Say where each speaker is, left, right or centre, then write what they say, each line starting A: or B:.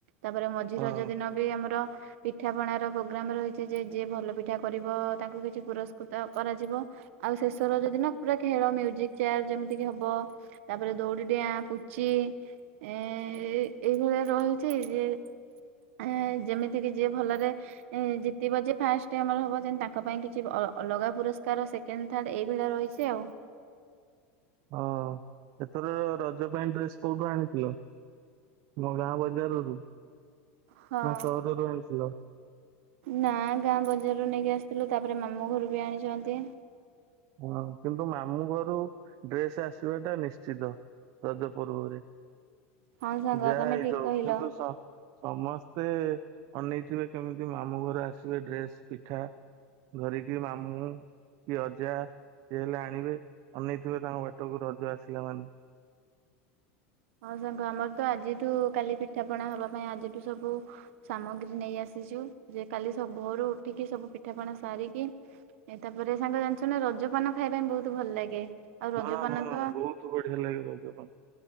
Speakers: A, on the right; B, on the right.
A: ତାପରେ ମଝି
B: ହଁ।
A: ରଜ ଦିନ ବି ଆମର ପିଠା ପଣାର ପ୍ରୋଗ୍ରାମ ରହିଛି। ଯେ ଯିଏ ଭଲ ପିଠା କରିବ ତାଙ୍କୁ କିଛି ପୁରସ୍କୃତ କରାଯିବ। ଆଉ ଶେଷ ରଜ ଯଦି ନା ପୁରା ଖେଳ ମ୍ୟୁଜିକ ଚେୟାର ଯେମିତି ହବ ତାପରେ ଦୌଡି ଡିଆଁ, ପୁଚି ଏ ଏଇଭଳିଆ ରହିଛି ଯେ ଏ ଯେମିତି କିି ଯିଏ ଭଲରେ ଜିତିବ ଯେ ଫାଷ୍ଟ ଆମର ହବ, ଯେମିତି ତାଙ୍କ ପାଇଁ କିଛି ଅ-ଅଲଗା ପୁରସ୍କାର ସେ ସେକେଣ୍ଡ, ଥାର୍ଡ଼ ଏଇ ଭଳିଆ ରହିଛି ଆଉ।
B: ହଁ ଏଥର ରଜ ପାଇଁ ଡ୍ରେସ କୋଉଠୁ ଆଣିଥିଲ? ମୋ ଗାଁ ବଜାରରୁ ନା
A: ହଁ।
B: ସହରରୁ ଆଣିଥିଲ?
A: ନା ଗାଁ ବଜାରରୁ ନେଇକି ଆସିଥିଲୁ ତାପରେ ମାମୁ ଘରୁ ବି ଆଣିଛନ୍ତି।
B: ହଁ କିନ୍ତୁ ମାମୁଁ ଘରୁ ଡ୍ରେସ ଆସିବା ଟା ନିଶ୍ଚିତ ରଜ ପୂର୍ବରେ।
A: ହଁ ସାଙ୍ଗ
B: ଯାହା
A: ତମେ
B: ହେଇପାଉ
A: ଠିକ କହିଲ।
B: କିନ୍ତୁ ସ ସମସ୍ତେ ଅନେଇଥିବେ କେମିତି ମାମୁଁ ଘର ଆସିବେ ଡ୍ରେସ, ପିଠା। ଧରିକି ମାମୁଁ ମୁଁ କିଏ ଅଛ ଯା ଯିଏ ହେଲେ ଆଣିବେ ଅନେଇଥିବେ ତାଙ୍କ ବାଟକୁ ରଜ ଆସିଲା ମାନେ।
A: ହଁ ସାଙ୍ଗ ଆମର ତ ଆଜିଠୁ କାଲି ପିଠାପଣା ହବା ପାଇଁ ଆଜିଠୁ ସବୁ ସାମଗ୍ରୀ ନେଇ ଆସିଛୁ। ଯେ, କାଲି ସବୁ ଭୋରୁ ଉଠିକି ସବୁ ପିଠାପଣା ସାରିକି ଏ ତାପରେ ସାଙ୍ଗ ଜାଣିଛୁ ନା ରଜପାନ ଖାଇବା ପାଇଁ ବହୁତ ଭଲ ଲାଗେ। ଆଉ ରଜପାନ
B: ହଁ ହଁ
A: ତ
B: ବହୁତ ବଢିଆ ଲାଗେ ରଜ ପାନ।